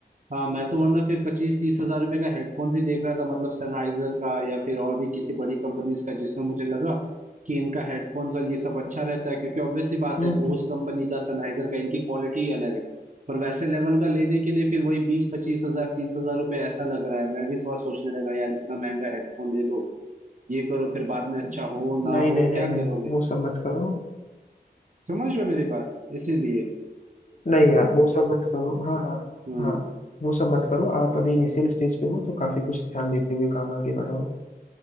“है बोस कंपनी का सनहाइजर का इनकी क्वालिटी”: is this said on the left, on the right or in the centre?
Right